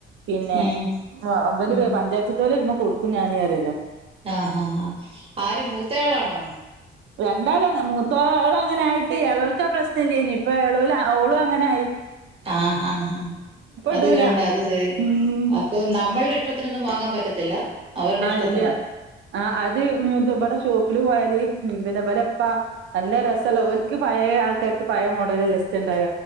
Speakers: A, on the right; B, on the right.
A: പിന്നെ
B: ഉം
A: ഇവല്
B: ഉം
A: വ പഞ്ചായത്തോല് വരുമ്പോ കൊടുക്കും ഞാന് പറേലാ.
B: ആഹ് ഹാ ആഹ് ആര് മൂത്തയാളാണോ?
A: രണ്ടാളും മൂത്തോളങ്ങനായിട്ട് യെളോൾക്കാ പ്രശ്നല്ലേയ്ന്. ഇപ്പൊ എളോലും ഓളും അങ്ങനായി.
B: ആഹ് ഹാ ഹാ അത്
A: ഇടൂല
B: കണ്ട് അത് ചെ
A: ഉം
B: അപ്പൊ നമ്മള്ടെ ഇഷ്ടത്തിനൊന്നും വാങ്ങാൻ പറ്റത്തില്ല. അവരുടെ ഇഷ്ടത്തിന്.
A: ഇല്ല ആഹ് അത് ഇബടെ ഷോ ല് പോയാല് ഇവലെപ്പ നല്ല രസവൊള്ള ഓൽക്ക് പഴേ ആൾക്കാർക്ക് പഴേ മോഡ ലല്ലേ ഇഷ്ട്ടണ്ടാക,